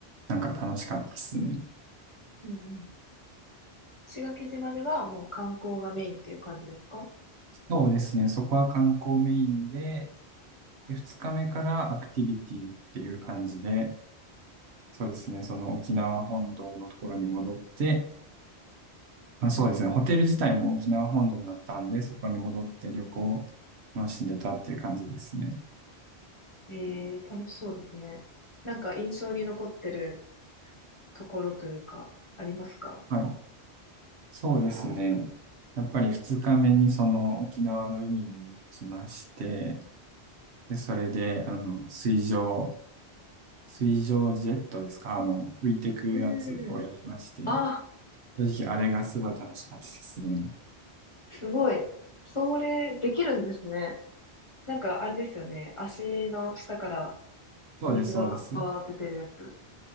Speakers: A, on the right; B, on the left.
A: なんか楽しかったですね。
B: うんうん。石垣島ではもう観光がメインっていう感じですか
A: そうですね。そこは観光メインで、で、二日目からアクティビティっていう感じで、そうですね、その沖縄本島のところに戻って、まあ、そうですね、ホテル自体も沖縄本島にあったんで、そこに戻って旅行を楽しんでたっていう感じですね。
B: ええー、楽しそうですね。なんか印象に残ってるところというか、ありますか
A: はい。そうですね。やっぱり二日目にその沖縄の海に行きまして、で、それで、あの、水上、水上ジェットですかあの、浮いてくやつをやりまして、
B: うーん。あ、
A: 正直あれがすごい楽しかったですね。
B: すごい。それ、できるんですね。なんかあれですよね。足の下から
A: そうです、
B: 水がバーって出るやつ。
A: そうです。